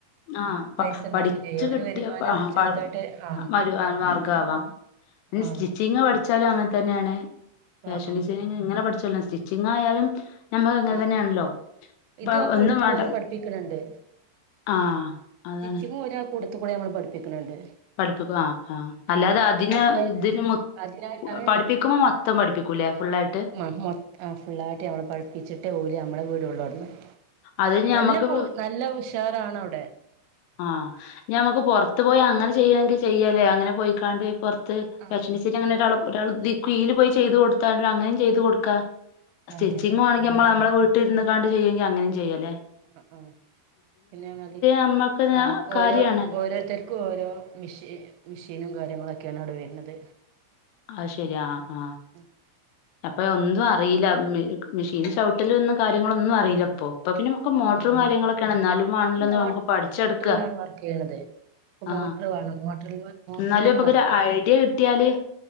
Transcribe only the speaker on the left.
ആഹ് പ
പഠിച്ചു
കിട്ടിയപ്പോ
പ
വരുമാനമാർഗം ആവാം,
സ്റ്റിച്ചിങ് പഠിച്ചാലും അങ്ങനത്തെ. തന്നെയാണ് ഫാഷൻ
ഡിസൈനിങ് ഇങ്ങനെ പഠിച്ചാ. സ്റ്റിച്ചിങ് ആയാലും. ഞമ്മക്ക് അങ്ങനെ
തന്നെയാണല്ലോ ഇപ്പ
ഒന്നും
വേണ്ട
ആഹ് അതാണ്
പഠിപ്പിക്കും ആഹ് ആഹ് അല്ലാതെ അതിന് ഇതിന് മു പഠിപ്പിക്കുമ്പോ മൊത്തം പഠിപ്പിക്കൂലേ ഫുള്ളായിട്ട്
അത് ഞമ്മക്ക്
ആഹ് ഞമ്മക്ക് പുറത്തു പോയിൽ അങ്ങനെ ചെയ്യായെങ്കിൽ ചെയ്യാല്ലേ, അങ്ങനെ പോയിക്കാണ്ട് ഇപ്പൊ. തും
വിഷമിച്ച് നിൽക്കുന്നവരോടും. ഒരാൾ ദി കീഴില് പോയി ചെയ്ത് കൊടുത്താൽ അങ്ങനെയും ചെയ്തു കൊടുക്കാ
സ്റ്റിച്ചിങ്ങ്
ആണെങ്കിൽ
നമ്മ നമ്മെടെ വീട്ടിലിരുന്ന് ക <unintelligible> അങ്ങനെയും ചെയ്യാല്ലേ.
നമ്മക്ക്
കാര്യാണല്ലോ
അത് ശരിയാ, ആ, ആ
അപ്പൊ ഒന്നും അറിയില്ല, മ മെഷീന് ചവിട്ടല് ഒന്നും കാര്യങ്ങളൊന്നും അറിയില്ല അപ്പോ. ഇപ്പൊ പിന്നെ നമുക്ക് മോട്ടറും
കാര്യങ്ങളൊക്കെയാണ്, എന്നാലും വാണില്ല
നമുക്ക് പഠിച്ചെടുക്ക.
ആ
എന്നാലും ഇപ്പൊക്കെ
ഒരു
ഐഡിയ കിട്ടിയാല്